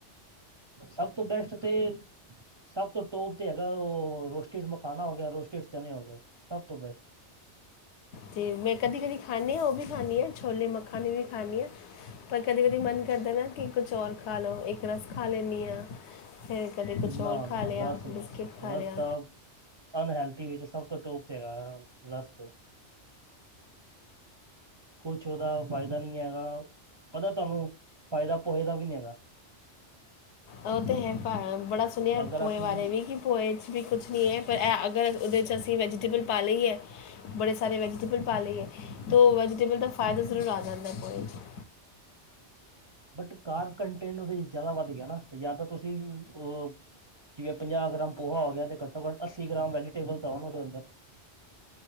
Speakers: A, on the right; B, on the left.
A: ਸਭ ਤੋਂ ਬੈਸਟ ਤੇ ਸਭ ਤੋਂ ਟੋਪ ਤੇ ਹੈਗਾ ਉਹ ਰੋਸਟਡ ਮਖਾਨਾ ਹੋ ਗਿਆ ਰੋਸਟਡ ਚਨੇ ਹੋ ਗਏ ਸਭ ਤੋਂ ਬੈਸਟ।
B: ਤੇ ਮੈਂ ਕਦੀ ਕਦੀ ਖਾਣੀ ਆ ਓ ਵੀ ਖਾਣੀ ਆ ਛੋਲੇ ਮਖਾਣੇ ਵੀ ਖਾਣੀ ਆ। ਪਰ ਕਦੀ ਕਦੀ ਮਨ ਕਰਦਾ ਨਾ ਕਿ ਕੁਛ ਔਰ ਖਾ ਲੋ ਇੱਕ ਰਸ ਖਾ ਲੈਣੀ ਆ ਫਿਰ। ਕਦੇ ਕੁਛ ਹੋਰ
A: ਨਾ
B: ਖਾ
A: ਨਾ
B: ਲਿਆ
A: ਰਸ ਨਹੀਂ
B: ਬਿਸਕਿਟ ਖਾ
A: ਰਸ
B: ਲਿਆ।
A: ਤਾਂ ਅਨਹੈਲਥੀ ਵਿੱਚ ਸਭ ਤੋਂ ਟੋਪ ਤੇ ਹੈਗਾ ਰਸ ਤੇ, ਕੁਛ ਉਹਦਾ ਫ਼ਾਇਦਾ ਨੀ ਹੈਗਾ ਪਤਾ ਤੁਹਾਨੂੰ ਫ਼ਾਇਦਾ ਪੁਹੇ ਦਾ ਵੀ ਨੀ ਹੈਗਾ।
B: ਓ ਤੇ ਹੈ ਪਰ ਬੜਾ ਸੁਣਿਆ
A: ਅਗਰ
B: ਪੋਹੇ
A: ਅਸੀਂ
B: ਬਾਰੇ ਵੀ ਕਿ ਪੋਹੇ 'ਚ ਵੀ ਕੁਛ ਨੀ ਐ ਪਰ ਅਗਰ ਉਹਦੇ 'ਚ ਅਸੀਂ ਵੈਜੀਟੇਬਲ ਪਾ ਲਈਏ ਬੜੇ ਸਾਰੇ ਵੈਜੀਟੇ ਬਲ ਪਾ ਲਈਏ ਤੋਂ ਵੈਜੀਟੇਬਲ ਦਾ ਫਾਇਦਾ ਜ਼ਰੂਰ ਆ ਜਾਂਦਾ ਪੋਹੇ 'ਚ।
A: ਬਟ ਕਾਰ ਕੰਟੈਂਟ ਉਹਦੇ ਚ ਜ਼ਿਆਦਾ ਵੱਧ ਗਿਆ ਨਾ ਜਾਂ ਤਾਂ ਤੁਸੀਂ ਓ, ਜਿਵੇਂ ਪੰਜਾਹ ਗ੍ਰਾਮ ਪੋਹਾ ਹੋ ਗਿਆ ਤੇ ਘੱਟੋ ਘੱਟ ਅੱਸੀ ਗ੍ਰਾਮ ਵੈਜੀਟੇਬਲ ਤਾਂ ਹੋਣ ਉਹਦੇ ਅੰਦਰ